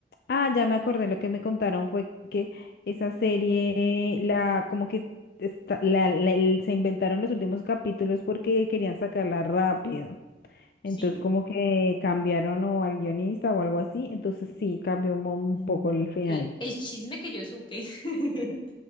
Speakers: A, on the left (about 55°); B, on the left (about 25°).
A: Ah, ya me acordé, lo que me contaron fue que esa serie, la, como que está- la- la- el- se inventaron los últimos capítulos porque querían sacarla rápido. Entonces
B: Sí.
A: como que cambiaron o al guionista o algo así, entonces sí, cambió un, un
B: Mm,
A: poco el final.
B: l- El chisme que yo supe <laughs>